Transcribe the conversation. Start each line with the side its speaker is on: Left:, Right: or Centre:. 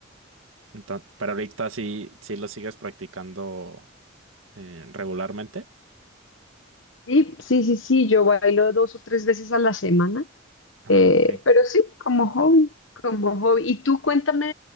Right: Entonces, pero ahorita sí, sí lo sigues practicando eh, regularmente.
Left: Sí, sí, sí, sí, yo bailo dos o tres veces a la semana,
Right: Ah,
Left: eh,
Right: ok.
Left: pero sí, como hobby, como hobby. Y tú cuéntame